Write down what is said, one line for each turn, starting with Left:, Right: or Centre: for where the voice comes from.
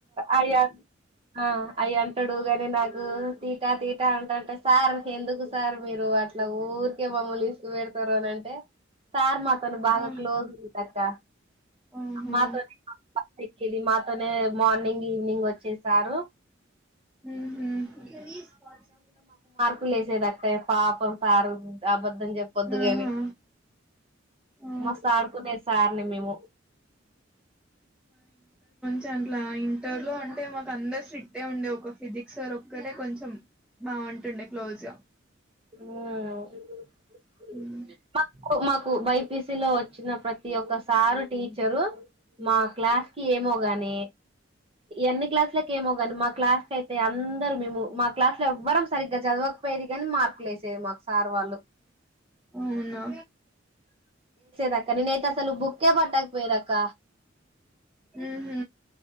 Right: అయర్ ఆ అయి అంటాడు గాని నాకు తీటా తీటా ఆన్ టంటే సార్ ఎందుకు సార్ మీరు అట్లా ఊరికే మమ్మల్ని ఈసుకు వేడుతారు అని అంటే సార్ మా అతను బాగా
Centre: ఆ!
Right: క్లోజ్ గా ఉంటా అక్క
Centre: ఆహా!
Right: మా తోటి మా బస్సు ఎక్కి ఇది మాత్ అతనే మార్నింగ్ ఈవినింగ్ వచ్చేసారు
Centre: ఉహు
Right: ఇప్పుడు లేసేంది అక్క పాపం సారు అబద్దు అబద్ధం చెప్పొద్దు
Centre: ఆహా!
Right: గాని
Centre: ఆ!
Right: మస్తు ఆడుకునే సర్ అన్ని మేము
Centre: చెన్ ట్లా ఇంటర్లో అంటే మాకు అందరు స్ట్రిక్ ఏ ఉండే ఒక ఫిజిక్స్ సర్ ఒక్కరే కొంచెం బాగుంటుండే క్లోజ్ గా
Right: ఉ
Centre: ఆ
Right: మాకు మాకు బైపీస లో వచ్చిన ప్రతి ఒక్కసారు టీచరు మా క్లాస్ ఏమోగాని ఎన్ని క్లాసులక ఏమో కానీ మా క్లాస్ క అయితే అందరు మేము మా క్లాస్ లో ఎవ్వరం సరిగ్గా చదవకపోయేది కాగాని మార్కులు వేసేది మాకు సార్ వాళ్ళు
Centre: అవునా
Right: దాక్క ననుైయితే అస్సలు బుక్కే పట్టాక పోయిదాక్క
Centre: ఊ హూ